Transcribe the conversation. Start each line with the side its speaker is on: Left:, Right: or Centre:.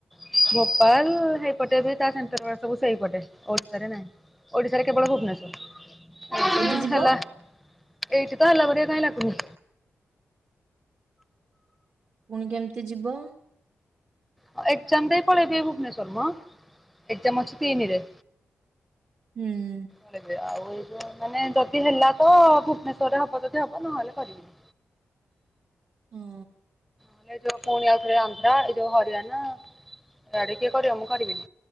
Centre: ଭୋପାଲ ହେଇପଟେ ବି ତା ସେଣ୍ଟର ଗୁଡା ସବୁ ସେଇପଟେ ଓଡିଶାରେ ନାହିଁ। ଓଡିଶାରେ କେବଳ ଭୁବନେଶ୍ୱର
Right: ଏଦି ଯିବ
Centre: ହେଲା। ଏଇଠି ତ ହେଲା ପରିକା କାଇଁ ଲାଗୁନି।
Right: ପୁଣି କେମିତି ଯିବ?
Centre: ହଁ ଏଜ୍ଜାମ୍ ଦେଇ ପଳେଇବି ଏଇ ଭୁବନେଶ୍ୱର ମ ଏଜ୍ଜାମ୍ ଅଛି ତିନିରେ।
Right: ହୁଁ।
Centre: ପଳେଇବି ଆଉ ଏଇ ଯୋଉ ମାନେ ଯଦି ହେଲା ତ ଭୁବନେଶ୍ୱରରେ ହବ ଯଦି ହବ ନହେଲେ କରିବିନି।
Right: ହଁ।
Centre: ମାନେ ଏ ଯଉ ପୁଣି ଆଉଥରେ ଅନ୍ଦ୍ରା ଏ ଯଉ ହରିଆନା ଏଆଡେ କିଏ କରିବ ମୁଁ କରିବିନି